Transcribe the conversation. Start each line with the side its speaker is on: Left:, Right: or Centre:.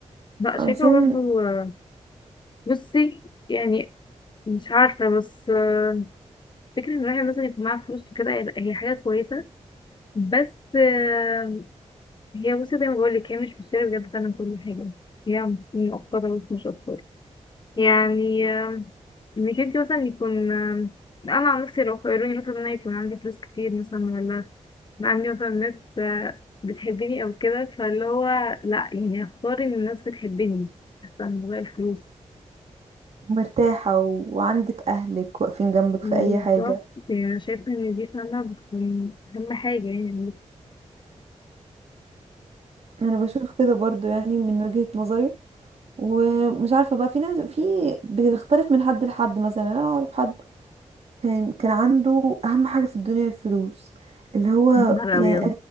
Left: لأ شايفة
Right: عشان
Left: برضه آه، بصي يعني مش عارفة بس آه، فكرة إن الواحد مثلا يكون معاه فلوس وكده هي لأ، هي حاجة كويسة بس آه، هي بصي زي ما بقولك هي مش بتشتري بجد فعلا كل حاجة هي مؤقتة بس مش أكتر يعني آه، انك انت مثلا يكون آه، انا عن نفسي لو خيروني مثلا إن انا يكون عندي فلوس كتير مثلا ولا يبقى عندي مثلا ناس آه، بتحبني او كده فاللي هو لا يعني اختار ان الناس بتحبني احسن من غير الفلوس
Right: مرتاحه و- وعندك اهلك واقفين جنبك
Left: بالظبط
Right: في اي حاجه
Left: يعني انا شايفه ان دي فعلا بتكون اهم حاجه يعني
Right: انا بشوف كده برضو يعني من وجهه نظري ومش عارفه بقى في ناس في بتختلف من حد لحد مثلا انا اعرف حد كان كان عنده اهم حاجه في الدنيا الفلوس اللي هو
Left: يا نهار
Right: يعني
Left: ابيض